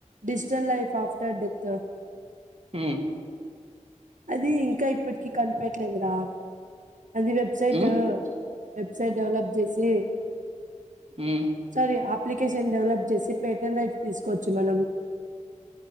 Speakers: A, on the right; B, on the right.
A: డిజిటల్ లైఫ్ ఆఫ్టర్ డెత్
B: ఉ
A: అది ఇంకా ఇప్పటికి కనిపెట్లేదుర అది వెబ్సైటు
B: ఉమ్
A: వెబ్సైట్ డెవలప్ చేసి
B: ఉమ్
A: సరి అప్ అప్లికేషన్ డెవలప్ చేసి పేటెం రైట్స్ తీసుకోచ్చు మనం